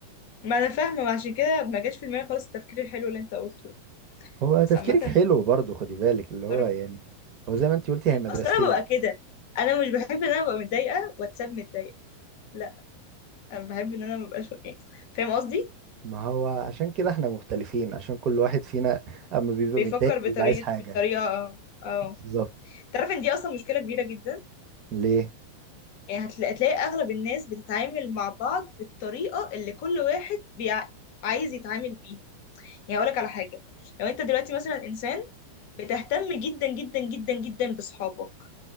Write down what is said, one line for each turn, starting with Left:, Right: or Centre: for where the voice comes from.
Left: ما انا فاهمه ما عشان كده ما جاش في دماغي خالص التفكير الحلو اللي انت قلته ده.
Right: هو تفكيرك
Left: بس عامه
Right: حلو برضو خدي بالك اللي هو
Left: تصرف
Right: يعني
Left: كويس
Right: هو زي ما انت قلتي هي مدرستين
Left: اصل انا ببقى كده انا مش بحب ان انا ابقى متضايقه واتساب متضايقه لا انا بحب ان انا مبقاش يعني فاهم قصدي
Right: ما هو عشان كده احنا مختلفين عشان كل واحد فينا اما بيبقى
Left: بيفكر
Right: متضايق بيبقى
Left: بطريقه
Right: عايز حاجة
Left: بالطريقه اه
Right: بالظبط
Left: تعرف ان دي اصلا مشكله كبيره جدا
Right: ليه
Left: يعني هتلاقي, هتلاقي اغلب الناس بتتعامل مع بعض بالطريقه اللي كل واحد بيع... عايز يتعامل بيها يعني اقول لك على حاجه لو انت دلوقتي مثلا انسان بتهتم جدا جدا جدا جدا بصحابك